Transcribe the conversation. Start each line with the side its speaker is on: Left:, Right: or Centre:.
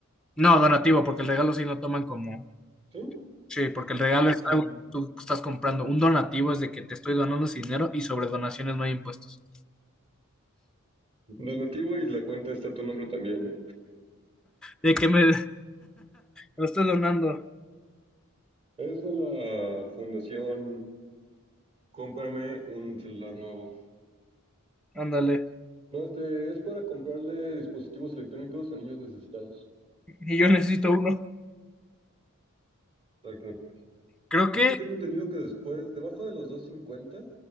Centre: No, donativo, porque el regalo sí lo toman como,
Right: ¿Sí?
Centre: sí, porque el regalo
Right: Qué poca.
Centre: es algo que tú estás comprando. Un donativo es de que te estoy donando ese dinero y sobre donaciones no hay impuestos.
Right: Donativo y la cuenta está a tu nombre también, ¿no?
Centre: De que me, <laughs> me lo estoy donando,
Right: Es de la fundación Cómprame un celular nuevo.
Centre: ándale,
Right: No, este es para comprarle dispositivos electrónicos a niños necesitados.
Centre: y yo necesito uno.
Right: Exacto.
Centre: Creo
Right: Es
Centre: que,
Right: que tengo entendido que después, debajo de los 250,